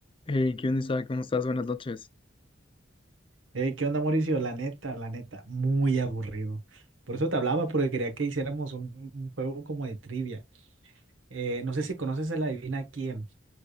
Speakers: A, on the left (about 25°); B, on the right (about 80°).
A: Hey, ¿qué onda, Isaac? ¿Cómo estás? Buenas noches.
B: Eh, ¿qué onda, Mauricio? La neta, la neta, muy aburrido. Por eso te hablaba, porque quería que hiciéramos un, un juego como de trivia. Eh, no sé si conoces a la Adivina quién.